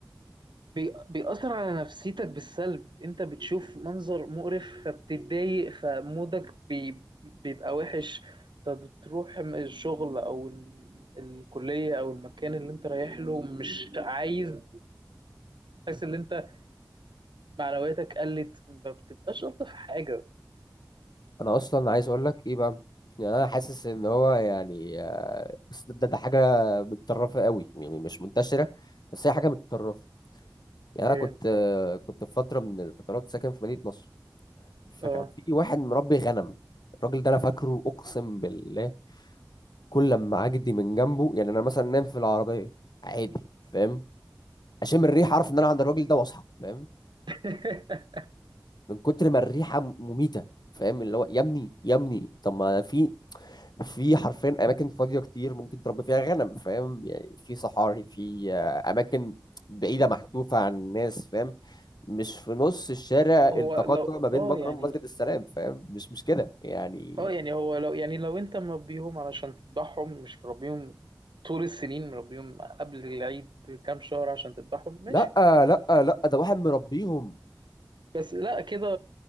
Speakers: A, on the right; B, on the left.
A: بي... بيأثر على نفسيتك بالسلب انت بتشوف منظر مقرف فبتتضايق فمودك بي... بيبقى وحش فبتروح م- الشغل او ال... الكلية او المكان اللي انت رايح له مش عايز تحس ان انت معنوياتك قلت ما بتبقاش الطف حاجة
B: انا اصلا عايز اقول لك ايه بقى يعني انا حاسس ان هو يعني آه، بس ده, ده حاجة متطرفة قوي يعني مش منتشرة بس هي حاجة متطرفة يعني
A: ايه
B: انا كنت آه، كنت في فترة من الفترات ساكن في مدينة نصر فكان
A: اه
B: في واحد مربي غنم الراجل ده انا فاكره اقسم بالله كل لما اعدي من جنبه يعني انا مثلا نام في العربية عادي فاهم اشم الريح اعرف ان انا عند الراجل ده واصحى فاهم
A: <laughs>
B: من كتر ما الريحه مميته فاهم اللي هو يا ابني يا ابني طب ما في في حرفيا اماكن فاضيه كتير ممكن تربي فيها غنم فاهم يعني في صحاري في آه، اماكن بعيده محذوفه عن الناس فاهم مش في نص الشارع
A: هو
B: التقاطع
A: لو
B: ما بين
A: اه
B: مكرم
A: يعني
B: ومسجد السلام فاهم مش مش كده يعني
A: اه يعني هو لو يعني لو انت مربيهم علشان تذبحهم مش مربيهم طول السنين مربيهم قبل العيد بكام شهر عشان تذبحهم ماشي
B: لا لا لا ده واحد مربيهم
A: بس لا كده